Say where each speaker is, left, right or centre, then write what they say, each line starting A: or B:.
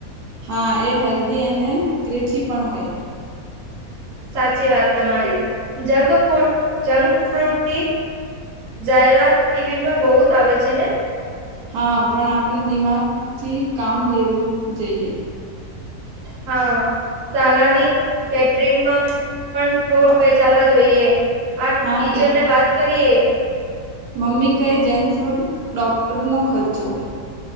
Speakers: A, on the right; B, on the right.
A: હા એ હેલ્ધી અને ત્રેચી પણ હોય.
B: સાચી વાત તમારી જંગ જંક ફ્રુતી થી જાહેરાત ટીવી માં બહુ જ આવે છે ને?
A: હા પણ આપણે દિમાગથી કામ લેવું જઈએ.
B: હા. શલાની કેટરિંગમાં પણ ફ્રૂટ પેચાવા જોઈએ. આ ટીચર
A: હા ટી
B: ને વાત કરીએ.
A: મમ્મી કઈ જંક ફ્રૂટ ડોક્ટરનો ખર્ચો.